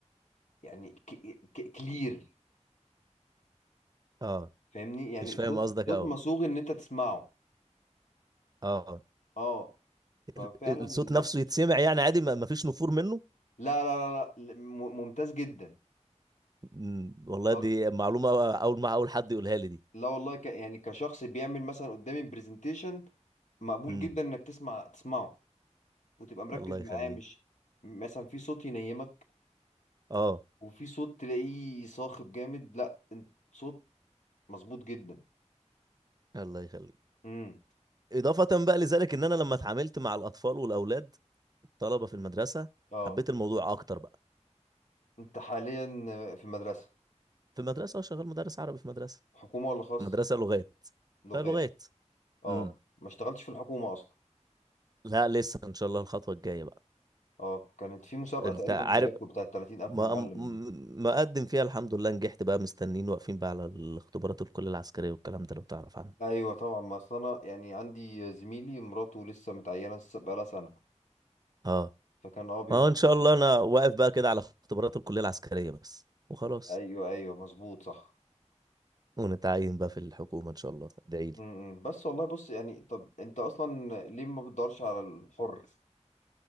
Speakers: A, on the left (about 80°); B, on the right (about 30°).
A: يعني ك- ك- كلير
B: اه
A: فاهمني يعني
B: مش فاهم
A: صوت
B: قصدك
A: صوت
B: اه
A: مصوغ ان انت تسمعه
B: اه
A: اه ففعلا
B: ال- ال- الصوت
A: لا
B: نفسه يتسمع يعني عادي ما ما فيش نفور منه
A: لا لا لا, لا م- ممتاز جدا
B: مم. والله
A: آه،
B: دي معلومه اول ما اول حد يقولها لي دي
A: لا والله ك يعني كشخص بيعمل مثلا قدامي برزنتيشن مقبول
B: مم.
A: جدا انك تسمع تسمعه وتبقى مركز
B: الله يخليك
A: معاه مش مثلا في صوت ينيمك
B: اه
A: وفي صوت تلاقيه صاخب جامد لا انت صوت مظبوط جدا
B: الله يخليك
A: امم
B: اضافه بقى لذلك ان انا لما اتعاملت مع الاطفال والاولاد الطلبه في المدرسه
A: اه
B: حبيت الموضوع اكتر بقى
A: انت حاليا في مدرسة
B: في مدرسه آه، شغال مدرس عربي في مدرسه
A: حكومة ولا خاص
B: مدرسه لغات
A: لغات
B: فلغات
A: اه
B: امم
A: ما اشتغلتش في الحكومة اصلا
B: لا لسه ان شاء الله الخطوه الجايه بقى
A: اه كانت في مسابقة
B: انت
A: تقريبا
B: عارف
A: بتاعتكم بتاعت 30000
B: ما
A: معلم
B: م-
A: دي
B: مقدم فيها الحمد لله نجحت بقى مستنين واقفين بقى على الاختبارات الكليه العسكريه والكلام ده لو تعرف عنه
A: ايوه طبعا ما اصل انا يعني عندي زميلي مراته لسه متعينة لسه بقالها سنة
B: اه
A: فكان اه بيروح
B: ما هو ان شاء
A: معاهم.
B: الله انا واقف بقى كده على اختبارات الكليه العسكريه بس وخلاص
A: ايوه ايوه مظبوط صح
B: ونتعين بقى في الحكومه ان شاء الله ادعي لي
A: امم بس والله بص يعني طب انت اصلا ليه ما بتدورش على الحر